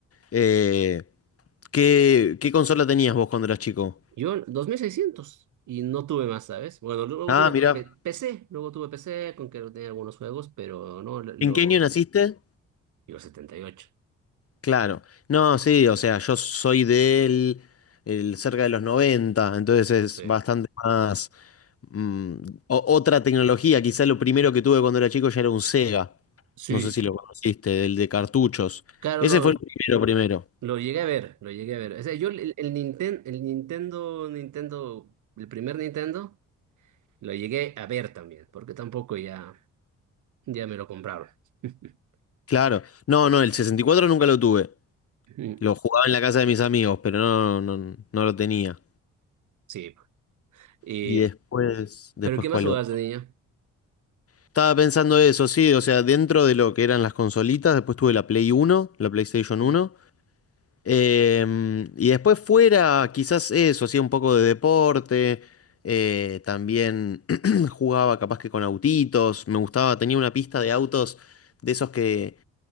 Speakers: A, on the left (about 50°); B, on the right (about 75°).
A: Eh, ¿qué, qué consola tenías vos cuando eras chico?
B: Yo, 2600 y no tuve más, ¿sabes? Bueno, luego
A: Ah,
B: tuve
A: mira.
B: P- PC, luego tuve PC con que tenía algunos juegos, pero no, lo, lo-
A: ¿En qué año naciste?
B: yo setenta y ocho
A: Claro. No, sí, o sea, yo soy del el, cerca de los 90, entonces es
B: Sí.
A: bastante más mm, o- otra tecnología. Quizá lo primero que tuve cuando era chico ya era un Sega.
B: Sí.
A: No sé si lo conociste, el de cartuchos.
B: Claro,
A: Ese
B: lo,
A: fue el primero, primero.
B: Lo llegué a ver, lo llegué a ver. O sea, yo el, el Ninten- el Nintendo, Nintendo, el primer Nintendo, lo llegué a ver también, porque tampoco ya, ya me lo compraron. <laughs>
A: Claro. No, no, el sesenta y cuatro nunca lo tuve.
B: Mm,
A: Lo jugaba en la casa de mis amigos, pero no, no, no no lo tenía.
B: Sí. Y-
A: Y después, después
B: ¿pero qué
A: ¿cuál
B: más jugabas
A: otro?
B: de niño?
A: Estaba pensando eso, sí, o sea, dentro de lo que eran las consolitas, después tuve la Play Uno, la PlayStation
B: Mm.
A: Uno. Em, y después fuera, quizás eso, hacía un poco de deporte, eh, también <clears throat> jugaba capaz que con autitos, me gustaba, tenía una pista de autos de esos que